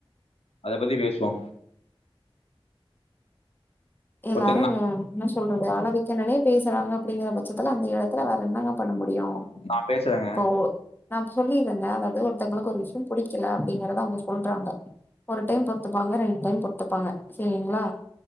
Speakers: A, on the left (about 85°); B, on the left (about 20°).
A: அத பத்தி பேசுவோ
B: எல்லாரு
A: ஒருத்தங்க
B: என்ன சொல்றது அழவி என்னனே பேசுறாங்க அப்படிங்கற பட்சத்துல அந்த எடத்துல வேற என்னங்க பண்ண முடியு
A: நா பேசுறேங்க
B: இப்ப ஓ நா சொல்லீரங்க அதாவது ஒரு ஒருத்தங்களுக்கு ஒரு விஷயம் புடிக்கல அப்படிங்கறத அவங்க சொல்றாங்க ஒரு டைம் பொறுத்துப்பாங்க ரெண்டு டைம் பொறுத்துப்பாங்க செரிங்களா